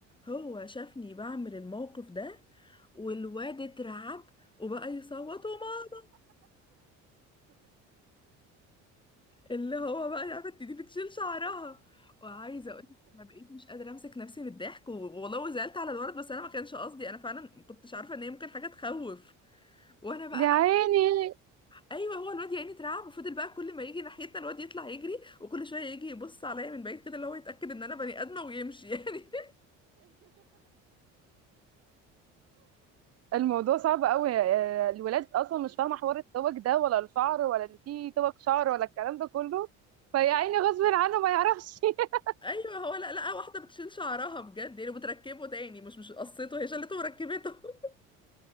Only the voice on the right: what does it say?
يا عيني
الموضوع صعب قوي آه، الولاد اصلا مش فاهمه حوار التوك ده ولا الشعر ولا ان في توك شعر ولا الكلام ده كله فيا عيني غصب عنه ما يعرفش <laughs>